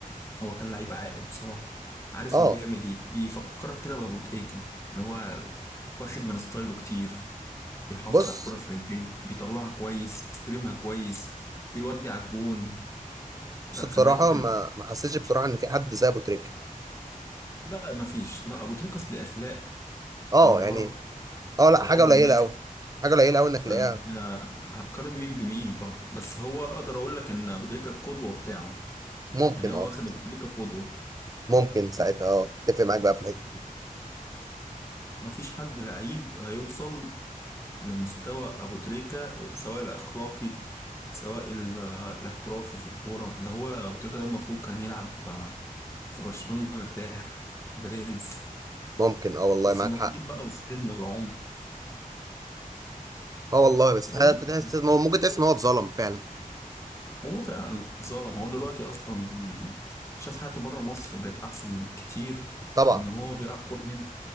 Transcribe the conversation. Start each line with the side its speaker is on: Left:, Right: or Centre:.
Left: هو كان لعيب عاقل بصراحه عارف
Right: اه
Left: هو بيعمل ايه يفكرك كده بابو تريكه اللي هو واخد من ستايله كتير بيحافظ
Right: بص
Left: على الكرة في رجليه بيطلعها كويس بيستلمها كويس بيودي على الجون
Right: بس
Left: لا
Right: بصراحة
Left: كان لعيب حلو
Right: ما ما حسيتش بصراحة إن في حد زي أبو تريكة
Left: لا مفيش لا ابو تريكس ليه اخلاق
Right: أه
Left: ومهارة
Right: يعني أه لا
Left: وحب
Right: حاجة قليلة
Left: الناس
Right: أوي حاجة قليلة أوي
Left: فأنا
Right: إنك تلاقيها
Left: هتقارن مين بمين برضه بس هو اقدر اقول لك ان ابو تريكة القدوة بتاعه
Right: ممكن
Left: يعني هو
Right: أه
Left: واخد ابو تريكة قدوة
Right: ممكن ساعتها أه أتفق معاك بقى في الحتة دي.
Left: مفيش حد لعيب هيوصل لمستوى أبو تريكة سواء الأخلاقي سواء ال- الاحترافي في الكورة ده هو أبو تريكة ده المفروض كان يلعب في برشلونة مرتاح برنس
Right: ممكن أه والله
Left: بس
Right: معاك
Left: النصيب
Right: حق
Left: بقى والسن والعمر
Right: أه والله بس
Left: هو
Right: حاجة
Left: دلوقتي-
Right: تحس إن هو ممكن تحس إن هو اتظلم فعلا
Left: هو فعلا ظالم هو دلوقتي أصلا يعني شاف حياته بره مصر بقت أحسن بكتير
Right: طبعا
Left: من إن هو بيلعب كورة هنا